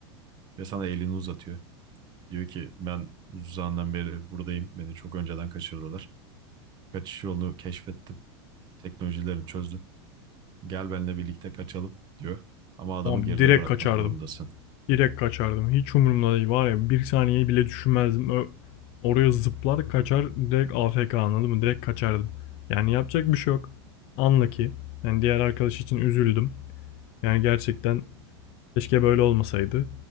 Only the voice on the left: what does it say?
Abi
direkt
kaçardım.
Direkt kaçardım. Hiç umurumda değil. Var ya bir saniye bile düşünmezdim. Ö- Oraya zıplar kaçar direkt AFK anladın mı? Direkt kaçardım. Yani yapacak bir şey yok. Anla ki. Yani diğer arkadaş için üzüldüm. Yani gerçekten keşke böyle olmasaydı.